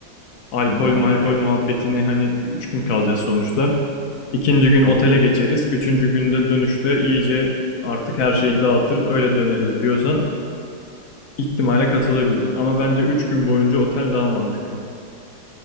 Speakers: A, on the left (about 55°); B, on the left (about 75°).
A: Alkol
B: Hı hı.
A: malkol muhabbetini hani 3 gün kalacağız sonuçta. İkinci gün otele
B: Hı hı.
A: geçeriz. Üçüncü günde dönüşte iyice artık her şeyi dağıtır öyle döneriz diyorsan. İhtimale katılabilir ama bence 3 gün boyunca otel daha mantıklı.